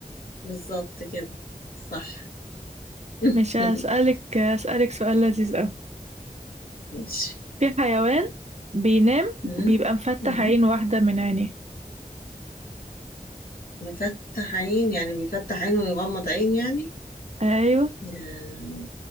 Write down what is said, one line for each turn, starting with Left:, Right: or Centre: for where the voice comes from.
Left: بالظبط كده صح <laughs>
Right: مش هسألك هسألك سؤال لذيذ أوي
Left: ماشي
Right: في حيوان بينام
Left: مم.
Right: وبيبقى مفتح
Left: مم.
Right: عين واحدة من عينيه
Left: مفتح عين يعني بيفتح عينه ويغمض عين يعني
Right: أيوه
Left: ده